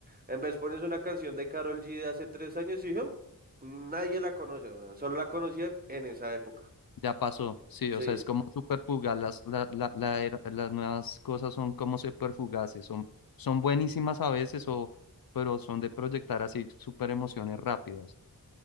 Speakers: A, on the right; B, on the left.
A: En vez pones una canción de Karol G de hace tres años y "Hum", nadie la conoce, weón, Solo la conocían en esa época.
B: Ya pasó, sí,
A: Sí,
B: o sea, es
A: sí.
B: como súper fugaz. Las, la- la- la era- las nuevas cosas son como súper fugaces, son, son buenísimas a veces, o, pero son de proyectar así súper emociones rápidas.